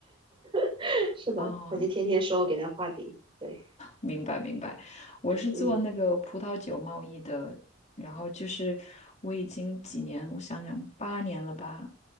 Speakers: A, on the right; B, on the left.
A: <laughs>
B: <laughs>
A: 是的，
B: 啊，
A: 他就天天说我给他画饼，对，
B: 明白明白。我是做那个葡萄酒贸易的，
A: 嗯，
B: 然后就是我已经几年，我想想，八年了吧，